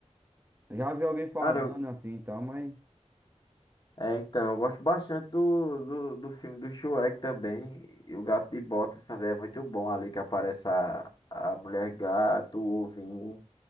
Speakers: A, on the right; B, on the left.
A: Já vi alguém falando
B: Cara, eu,
A: assim e tal, mas
B: é, então, eu gosto bastante do, do, do filme do Shrek também. E o Gato de Botas também é muito bom ali que aparece a, a mulher gato, o ovinho.